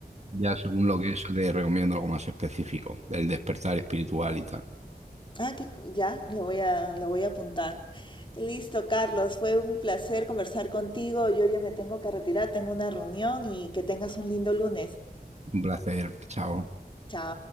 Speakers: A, on the right (about 40°); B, on the left (about 30°).
A: Ya según lo que es, te recomiendo algo más específico, el despertar espiritual y tal.
B: Ah, que, co- ya, lo voy a, lo voy a apuntar. Listo, Carlos, fue un placer conversar contigo. Yo ya me tengo que retirar, tengo una reunión y que tengas un lindo lunes.
A: Un placer, chao.
B: Chao.